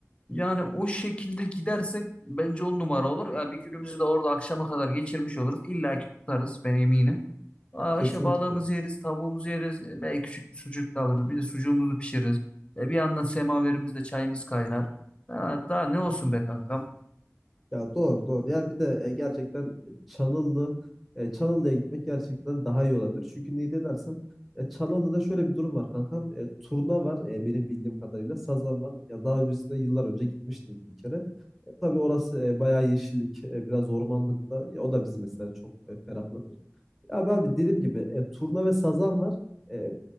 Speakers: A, on the left; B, in the centre.
A: Yani o şekilde gidersek bence on numara olur. Ya bir günümüzü de orada akşama kadar geçirmiş oluruz. İlla ki tutarız ben eminim. Aa,
B: kesinlikle.
A: işte balığımızı
B: Hı
A: yeriz, tavuğumuzu yeriz. E, Belki küçük bir sucuk da alırız. Bir de sucuğumuzu pişiririz. E, bir yandan semaverimizde çayımız kaynar. Ha, daha ne olsun
B: hı.
A: be kankam.
B: Ya doğru doğru. Ya bir de e, gerçekten Çanıllı e, Çanıllı'ya gitmek gerçekten daha iyi olabilir. Çünkü niye de dersen e, Çanıllı'da şöyle bir durum var kankam. E, turna var e, benim bildiğim kadarıyla. Sazan var. Ya daha öncesinde yıllar önce gitmiştim bir kere. E, tabii orası e, bayağı yeşillik, e, biraz ormanlık da. Ya, o da bizi mesela çok e, ferahlatır. Abi abi dediğim gibi e, turna ve sazan var. E,